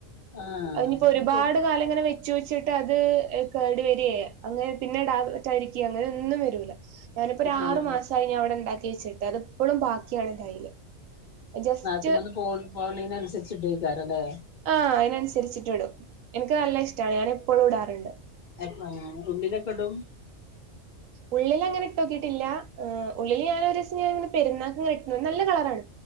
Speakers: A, on the left (about 40°); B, on the right (about 80°).
A: ആഹ്
B: അയ്നിപ്പോ ഒരു
A: അപ്പം
B: പാട് കാലം ങ്ങനെ വയ് ചോയ്ച്ചിട്ട് അത് ഏഹ് കേട് വെരെ അങ്ങനെ പിന്നെ ടാതെ ക്കാരിക്ക അങ്ങനെ ഒന്നും വരൂല ഞാനിപ്പോ ഒര്
A: ഇല്ലല്ലേ
B: ആറ് മാസായി ഞാൻ വിടെ ഇണ്ടാക്കി വെച്ചിട്ട് അത് പ്പളും ബാക്കിയാണ് കൈല് ജസ്റ്റ്
A: നഖത്തുമ്മന്ന് പോൺ പോണീനൻസര്ച്ച്ട്ട് ആയ്ക്കാരം അല്ലേ
B: ആഹ് അയിനൻസരിച്ചിട്ട് ഇടും എനിക്ക് നല്ല ഇഷ്ടാണ് ഞാനപ്പൊഴും ഇടാറുണ്ട്
A: അര്‌ന്നോ ഉള്ളിലൊക്കെ ടും
B: ഉള്ളിലങ്ങനെ ഇട്ടോക്കീട്ടില്ലാ എഹ് ഉള്ളില് ഞാന് ഒരോസം ഞൻെ ങ്ങനെ പെരുന്നാക്ക് ഇങ്ങനെ ഇട്ന്നു നല്ല കളറാണ്